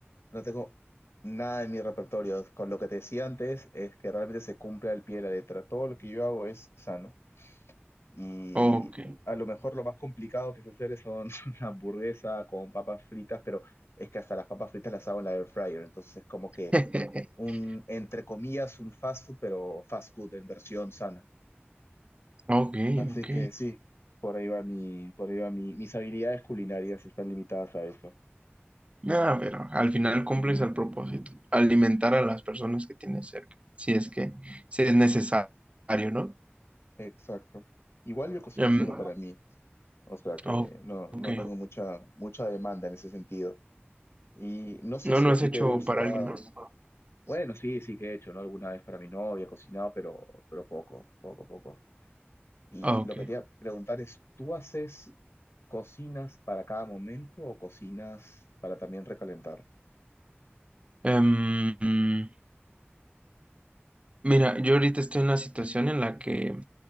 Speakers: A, on the left; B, on the right.
A: no tengo nada en mi repertorio. Con lo que te decía antes, es que realmente se cumple al pie de la letra. Todo lo que yo hago es sano. Y
B: Ok.
A: a lo mejor lo más complicado que sé hacer son <laughs> una hamburguesa con papas fritas, pero es que hasta las papas fritas las hago en la air fryer. Entonces, como que
B: <laughs>
A: un, entre comillas, un fast food, pero fast food en versión sana.
B: Ok,
A: Así
B: ok.
A: que sí, por ahí va mi, por ahí va mi, mis habilidades culinarias están limitadas a eso.
B: Nada, pero al final cumples el propósito, alimentar a las personas que tienes cerca, si es que si es necesario, ¿no?
A: Exacto. Igual yo cocino
B: Em,
A: solo para mí, o sea que
B: oh,
A: no,
B: ok.
A: no tengo mucha, mucha demanda en ese sentido. Y no sé
B: No,
A: si
B: no
A: a
B: es
A: ti
B: hecho
A: te gusta,
B: para alguien más.
A: bueno, sí, sí que he hecho, ¿no? Alguna vez para mi novia he cocinado, pero, pero poco, poco, poco. Y
B: Ah, ok.
A: lo que te iba a preguntar es, ¿tú haces cocinas para cada momento o cocinas para también recalentar?
B: Em, mm, mira, yo ahorita estoy en la situación en la que,